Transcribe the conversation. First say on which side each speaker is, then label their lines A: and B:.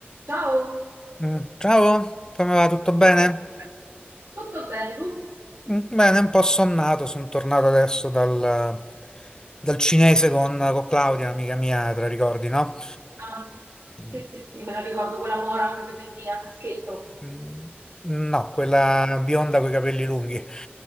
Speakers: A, on the right; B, on the left.
A: Ciao,
B: Mm, Ciao, come va? Tutto bene?
A: Dai, tutto bene tu?
B: Mm, Bene, un po' sonnato, sono tornato adesso dal, dal cinese con, con Claudia, amica mia, te la ricordi, no?
A: Ah,
B: Mm,
A: sì, sì, sì, me la ricordo quella mora con i capelli a caschetto,
B: mm, No, quella bionda coi capelli lunghi.